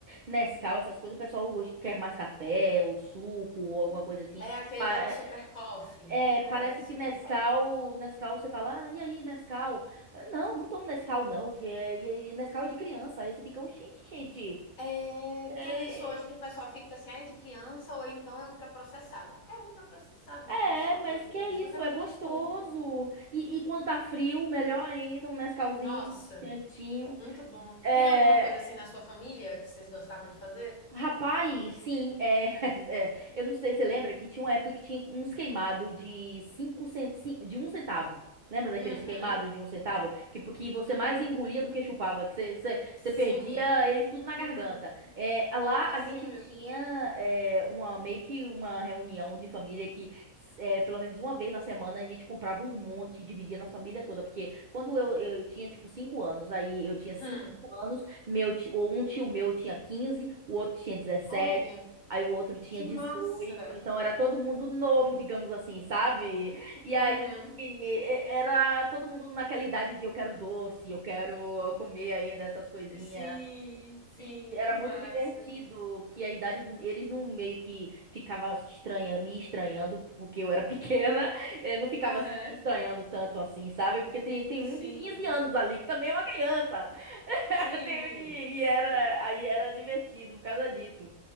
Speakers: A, on the right; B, on the left.
A: Nescau, essas coisas, o pessoal hoje quer mais café ou suco ou alguma coisa assim.
B: É aquele
A: Pa-
B: tal
A: é,
B: do super coffee,
A: é,
B: né?
A: parece
B: Do
A: que
B: super
A: Nescau,
B: coffee.
A: Nescau você fala, ah, e aí, Nescau? Não, não tomo Nescau não, que é e- e Nescau é de criança. Aí você fica, "Ô, gente, gente.
B: É,
A: É,
B: tem isso hoje que o pessoal fica assim, ah, é de criança ou então é ultraprocessado. É ultraprocessado,
A: é,
B: né? A gente sofre
A: mas
B: hoje
A: que
B: por
A: é
B: isso,
A: isso,
B: mas é muito
A: é gostoso.
B: gostoso.
A: E, e quando tá frio, melhor ainda, um Nescauzinho
B: Nossa,
A: quentinho.
B: muito bom.
A: É,
B: Tem alguma coisa assim na sua família que vocês gostavam de fazer?
A: Rapaz, sim, é, <laughs> é, eu não sei se você lembra que tinha uma época que tinha uns queimados de cinco cent, cin- de um centavo. Lembra daqueles
B: Uhum,
A: queimados de um centavo? Que, que você
B: uhum.
A: mais engolia do que chupava, que você, você,
B: Sim,
A: você perdia eles tudo na
B: <laughs>
A: garganta. É, lá
B: assim
A: a gente
B: mesmo.
A: tinha é, uma, meio que uma reunião de família que s- é, pelo menos uma vez na semana a gente comprava um monte, e dividia na família toda. Porque quando eu, eu tinha tipo cinco anos, aí eu tinha cinco
B: Hum,
A: anos. Meu tio, um tio meu tinha quinze o outro tinha dezessete
B: olha,
A: aí o outro tinha
B: que
A: dezoito
B: massa.
A: então era todo mundo novo, digamos assim, sabe?
B: Uhum.
A: E e- era todo mundo naquela idade de eu quero doce, eu quero comer ainda essas coisinhas.
B: Sim, sim,
A: E era
B: que
A: muito
B: massa.
A: divertido que a idade eles não meio que ficava estranha, me estranhando porque eu era pequena, <laughs> eh, não ficava
B: Aham.
A: assim me estranhando tanto assim, sabe? Porque tem, tem
B: Sim,
A: um de 15 anos ali que também é uma criança. <laughs>
B: sim,
A: E
B: sim.
A: era, aí era divertido por causa disso.